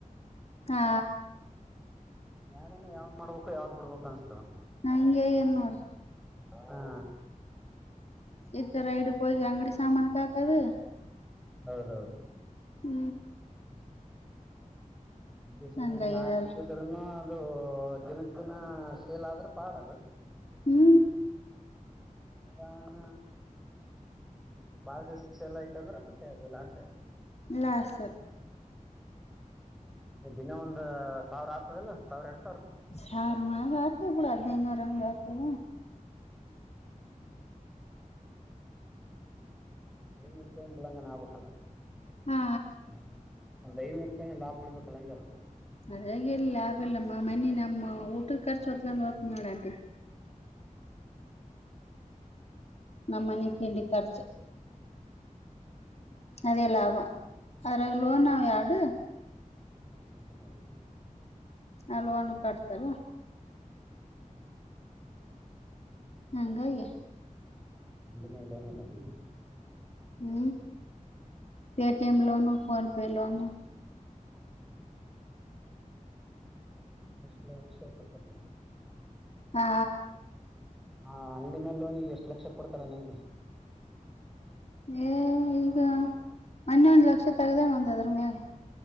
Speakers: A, on the left; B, in the centre.
A: ಹಾ
B: ಯಾಗಾನ ಯಾವ್ದ್ ಮಾಡ್ಬೇಕು ಯಾವ್ದ್ ಬಿಡ್ಬು ಅನ್ಸ್ತಾರ
A: ನಾ ಹಂಗೆ ಏನ್ ನೋಡಿ
B: ಹಾ
A: ಇತ್ತ ರೈಡ್ ಹೋಗಿ ಅಂಗಡಿ ಸಾಮಾನು ಹಾಕದು
B: ಹೌದೌದು
A: ಹೂ
B: ಅಂಡಿ ಸಾಮನ್ಗೆ
A: ಹಂಗಾಗ್ಯದ
B: ಹಾಕಿದ್ರನು
A: ಎಲ್ಲ
B: ಅದು ದಿನಕ್ ದಿನ ಸೇಲ್ ಆದ್ರೆ ಪಾಡ ಅದು
A: ಹೂ
B: ಹದಾಹಣ ಬಾಳ್ದ ಶಿಕ್ಷೆ ಎಲ್ಲ ಇಐತ ಅಂದ್ರೆ ಮತ್ತೆ ಅದೆಲ್ಲ ಆಶೆ ಆಲ್ಲ
A: ಲಾಸ್
B: ದಿನ ಒಂದ್ ಸಾವಿರ ಆಗ್ತದಲ್ಲ ಸಾವಿರ ಎರಡ್ ಸಾವಿರ
A: ಸಾರು ಮಗತ ಬಿಡು ಹೆಡ್ನೆಟು ನೂರು ಆಗ್ತದ
B: ಹೂ ಐನೂರು ರೂಪಾಯಿಂಬಳಂಗ ನಾಭಕ್ಕಲ್ಲ
A: ಹಾ
B: ಹ ಒಂದ ಐನೂರು ರೂಪಾಯ ನ ಲಾಬ್ ಉಳ್ಬೇಕ ಅಂದೆಲ್ಲ
A: ಅದಾಗಿಲ್ಲಿ ಲಾಭ ಇಲ್ಲಮ್ಮ ಮನಿ ನಮ್ಮ ಊಟದ ಖರ್ಚು ಹೊತ್ಕೊಂಡ್ ಹೋಗ್ತ ನೋಡಾಟಿ
B: ಹೂ ಹೂ
A: ನಮ್ಮಮ್ಮನೆ
B: ಹ್ಮ್
A: ತಿಂಡಿ ಕರ್ಚ ಅದೇ ಲಾಭ ಅದ್ರಾಗ ಲೋನ್ ಎಲ್ಡು
B: ಹೂ ಮ
A: ಅಲ್ ಒನ್ ಕಟ್ತಾರ
B: ಹೂ
A: ಅಂಗಾಗಿ
B: ನಿಂದು ಲೋನ್ ಅದೇನು
A: ಹೂ ಪೇಟಿಎಂ ಲೋನು ಫೋನ್ಪೇ ಲೋನು
B: ಹೂ ಷ್ಟ ಲಕ್ಷ ಕೊತಾರೆ
A: ಹಾ
B: ಹಾ ಅಂಗಡಿ ಮೇಲ್ ಲೋನಿಗೆ ಎಷ್ಟು ಲಕ್ಷ ಕೊಡ್ತಾರ ಅಂದೆ
A: ಏ ಈಗ ಒನ್ನೊಂದ್ ಲಕ್ಷ ತಗ್ದಣ ಒಂದ್ ಅದ್ರ ಮ್ಯಾಲ